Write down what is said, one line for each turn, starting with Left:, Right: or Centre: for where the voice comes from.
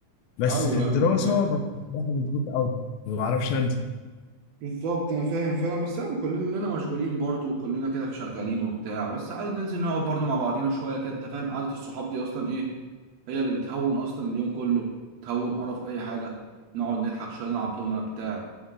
Left: بس
Right: ايوه
Left: في الدراسة
Right: ايوه انا فاهم
Left: ببقى بصراحة مضغوط أوي ما بعرفش أنزل
Right: بالظبط انا فاهم فعلا بس يعني كلنا مشغولين برضو وكلنا كده شغالين وبتاع بس عادي ننزل نقعد برضو مع بعضينا شويه كده انت فاهم قعده الصحاب دي اصلا ايه هي اللي بتهون اصلا اليوم كله تهون قرف اي حاجه نقعد نضحك شويه نلعب دومنا بتاع